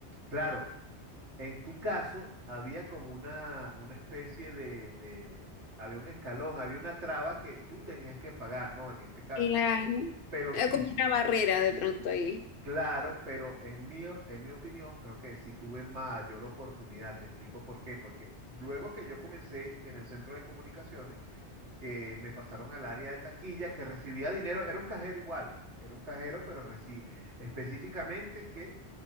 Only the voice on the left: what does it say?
claro.
Era
como una barrera de pronto ahí.